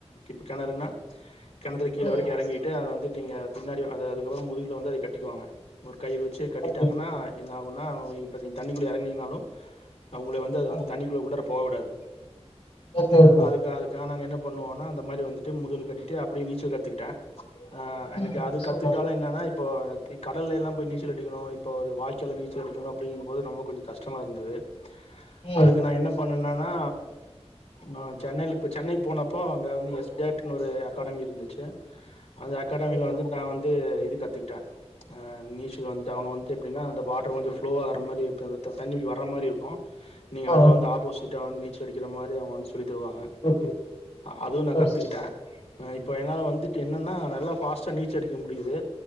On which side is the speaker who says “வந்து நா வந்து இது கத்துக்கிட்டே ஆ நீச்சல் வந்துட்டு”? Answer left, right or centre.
Left